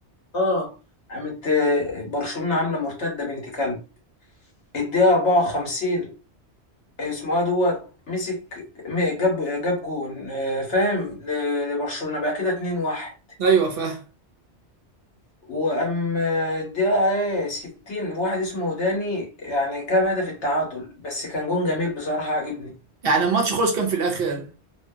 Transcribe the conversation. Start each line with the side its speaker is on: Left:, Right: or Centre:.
Left: اه قامت آه، برشلونه عامله مرتده بنت كلب الدقيقه 54 اسمه إيه دوت مسك م- جاب جاب جون آه، فاهم ل- لبرشلونه بقى كده 2-1
Right: ايوه فاهم
Left: واما الدقيقة 60 واحد اسمه داني يعني جاب هدف التعادل بس كان جون جميل بصراحة عجبني
Right: يعني الماتش خلص كام في الاخر